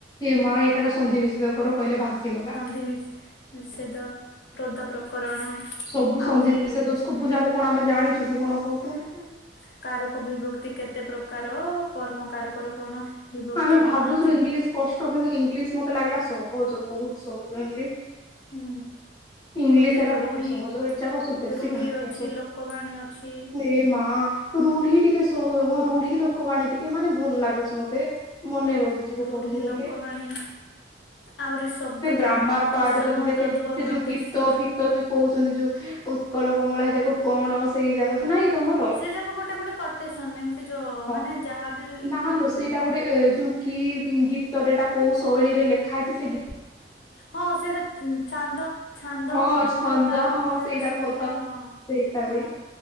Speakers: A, on the left (about 20°); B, on the left (about 65°).
A: ଏ ମା ଏଇଟାର ସନ୍ଧିବିଚ୍ଛେଦ କର କହିଲେ ଭାସିଗଲା।
B: ଦି ବିଚ୍ ନିଷେଦ ହ୍ରଦ ପ୍ରକରଣ
A: ସବୁ ସନ୍ଧି
B: ଆହୁରି
A: ବିଚ୍ଛେଦ ସବୁ ଯାକ କଣ ଆମେ ଜାଣିଛୁ କି କଣ? କହ ତ?
B: ହୁଁ କାରକ ବିିବକ୍ତି କେତେ ପ୍ରକାର କର୍ମ କାରକ ରେ କଣ ବିଭକ୍ତି
A: ଆମେ ଭାବୁଛୁ
B: କଣ ଚି
A: ଇଂଲିଶ କଷ୍ଟ କିନ୍ତୁ ଇଂଲିଶ ମତେ ଲାଗିଲା ସହଜ ବହୁତ ସହଜ ଇଂଲିଶ
B: ହୁଁ।
A: ଇଂଲିଶ
B: ପୁଣି ଦେଖ
A: ଏକା
B: ରୁଢି
A: ସହଜ ଏଯାକ ସବୁ ବେଶୀ
B: ରୁଢି
A: ଘାଣ୍ଟିଆ
B: ଅଛି
A: ସ,
B: ଲୋକବାଣୀ ଅଛି
A: ଏ ମା ରୁଢି ଟିକେ ସହଜ, ହଁ ରୁଢି ଲୋକବାଣୀ ଟିକେ ମାନେ ଭଲ ଲାଗୁଛି ମତେ। ମନେ
B: ହଁ
A: ରହିଯିବ
B: ରୁଢି
A: ପଢିବୁ ବୋଲେ।
B: ଲୋକବାଣୀ ଆହୁରି ଶବ୍ଦ
A: ଗ୍ରାମାର
B: ଯୋ ତତ୍ସମ
A: ପାର୍ଟ ଯଦି ଦେଖେ
B: ତଦ୍ଭବ
A: ସେ ଯଉ
B: ଦେଶଜ
A: ଗିତ ତ ଫୀତ ଯୋଉ କହୁଛନ୍ତି ଯୋଉ ଉତ୍କଳ କମଳା ହେଇଯାକୁ କଣ ସେଇ ଜାଗା ଯୋଉ ନାଇଁ ତମର
B: ସେଯାକ ଗୋଟେଗୋଟେ କୋଟେସନ ଏମିତି ଯୋ
A: ହଁ
B: ମାନେ ଯାହାବି ଉଁ
A: ନାଲୋ ସେଇଟା ଗୋଟେ ଏ ଯୁ କି ଗୀତରେ ଏଟା କୋଉ ଶୈଳୀରେ ଲେଖା ହେଇଛି ସେ, ଗୀ
B: ହଁ ସେଇଟା ଛାନ୍ଦ- ଛାନ୍ଦ
A: ହଁ
B: ପଦ
A: ଛନ୍ଦ
B: ତାର
A: ହଁ
B: ଅକ୍ଷର
A: ସେଇଟା
B: ସଂଖ୍ୟା
A: ପଦ
B: ହଁ
A: ସେଇଟା ବି
B: ହଁ।